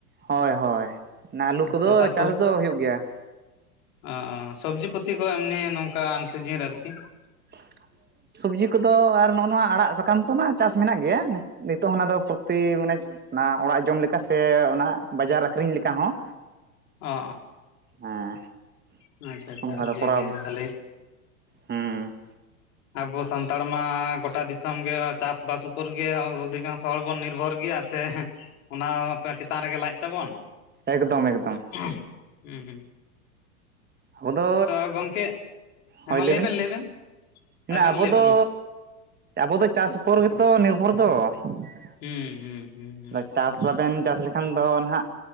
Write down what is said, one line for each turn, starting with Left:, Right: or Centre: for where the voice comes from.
Right: ᱦᱳᱭ ᱦᱳᱭ ᱚᱱᱟ ᱟᱹᱞᱩ
Left: ᱟᱪᱪᱷᱟ
Right: ᱠᱚᱫᱚ
Left: ᱛᱟ
Right: ᱪᱟᱥ
Left: ᱥᱚᱵ
Right: ᱫᱚ ᱦᱩᱭᱩᱜ ᱜᱮᱭᱟ᱾
Left: ᱚ ᱥᱚᱵᱽᱡᱤ ᱯᱟᱛᱤ ᱠᱚ ᱮᱢᱱᱤ ᱱᱚᱝᱠᱟ ᱟᱢᱥᱤᱡᱤᱱᱨᱮ ᱟᱨᱠᱤ
Right: <unintelligible> ᱥᱚᱵᱽᱡᱤ ᱠᱚᱫᱚ ᱟᱨ ᱱᱚᱜᱼᱚ ᱱᱚᱣᱟ ᱟᱲᱟᱜ ᱥᱟᱠᱟᱢ ᱠᱚᱢᱟ ᱪᱟᱥ ᱢᱮᱱᱟᱜ ᱜᱮᱭᱟ ᱱᱤᱛᱚᱜ ᱚᱱᱟ ᱫᱚ ᱯᱨᱚᱛᱤ ᱢᱟᱱᱮ ᱚᱱᱟ ᱚᱲᱟᱜ ᱡᱚᱢ ᱞᱮᱠᱟ ᱥᱮ ᱚᱱᱟ ᱵᱟᱡᱟᱨ ᱟᱠᱷᱨᱤᱧ ᱞᱮᱠᱟ ᱦᱚᱸ᱾
Left: ᱚ
Right: ᱦᱮᱸ
Left: ᱚ ᱟᱪᱪᱷᱟ ᱟᱪᱪᱷᱟ
Right: ᱚᱱᱠᱟ
Left: ᱚᱰᱤ
Right: ᱫᱚ ᱠᱚᱨᱟᱣ
Left: ᱜᱮ ᱵᱷᱷᱟᱞᱮ
Right: ᱦᱮᱸ
Left: ᱟᱵᱚ ᱥᱟᱱᱛᱟᱲ ᱢᱟ ᱜᱚᱴᱟ ᱫᱤᱥᱚᱢ ᱜᱮ ᱪᱟᱥᱵᱟᱥ ᱩᱯᱚᱨ ᱜᱮ ᱚᱫᱷᱤᱠᱟᱝᱥᱚ ᱦᱚᱲ ᱵᱚᱱ ᱱᱤᱨᱵᱷᱚᱨ ᱜᱮᱭᱟ᱾ ᱥᱮ ᱚᱱᱟ ᱪᱮᱛᱟᱱ ᱨᱮᱜᱮ ᱞᱟᱡ ᱛᱟᱵᱚᱱ
Right: ᱮᱠᱫᱚᱢ ᱮᱠᱫᱚᱢ
Left: ᱦᱩᱸ ᱦᱩᱸ
Right: ᱟᱵᱚ ᱫᱚ
Left: ᱛᱚ ᱜᱚᱢᱠᱮ <unintelligible> ᱦᱮᱸ
Right: ᱦᱳᱭ
Left: ᱢᱟ ᱞᱟᱹᱭ
Right: ᱵᱤᱱ
Left: ᱵᱮᱱ ᱞᱟᱹᱭ ᱵᱮᱱ ᱟᱵᱮᱱ
Right: ᱟᱵᱚ
Left: ᱞᱟᱹᱭ
Right: ᱫᱚ
Left: ᱵᱮᱱ ᱢᱟ
Right: ᱟᱵᱚ ᱫᱚ ᱪᱟᱥ ᱩᱯᱚᱨ ᱜᱮᱛᱚ ᱱᱤᱨᱵᱷᱚᱨ ᱫᱚ᱾ <unintelligible>
Left: ᱦᱩᱸ ᱦᱩᱸ ᱦᱩᱸ ᱦᱩᱸ
Right: ᱪᱟᱥ
Left: ᱦᱩᱸ
Right: ᱵᱟᱵᱮᱱ ᱪᱟᱥ ᱞᱮ ᱠᱷᱟᱱ ᱫᱚ ᱱᱟᱦᱟᱜ